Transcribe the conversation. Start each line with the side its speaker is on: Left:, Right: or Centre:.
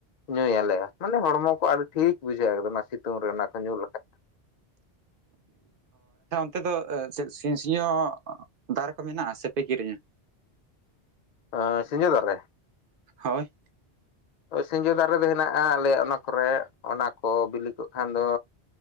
Left: ᱧᱩᱭᱟᱞᱮᱭᱟ ᱢᱟᱱᱮ ᱦᱚᱲᱢᱚ ᱠᱚ ᱟᱨ ᱴᱷᱤᱠ ᱵᱩᱡᱷᱟᱹᱜᱼᱟ, ᱮᱠᱫᱚᱢ ᱥᱤᱛᱩᱝ ᱨᱮ ᱚᱱᱟ ᱠᱚ ᱧᱩ ᱞᱮᱠᱷᱟᱡ
Right: ᱱᱚᱛᱮ ᱫᱚ ᱥᱤᱧ ᱥᱤᱧᱚᱛ ᱫᱟᱨᱮ ᱠᱚ ᱢᱮᱱᱟᱜᱼᱟ, ᱥᱮᱯᱮ ᱠᱤᱨᱤᱧᱟ?
Left: ᱟᱻ ᱥᱤᱡᱚᱸ ᱫᱟᱨᱮ
Right: ᱦᱳᱭ!
Left: ᱥᱤᱸᱡᱳ ᱫᱟᱨᱮ ᱫᱚ ᱦᱮᱱᱟᱜᱼᱟ᱾ ᱟᱞᱮ ᱚᱱᱟ ᱠᱚᱨᱮᱜ ᱚᱱᱟ ᱠᱚ ᱵᱤᱞᱤ ᱠᱚᱜ ᱠᱷᱟᱱ ᱫᱚ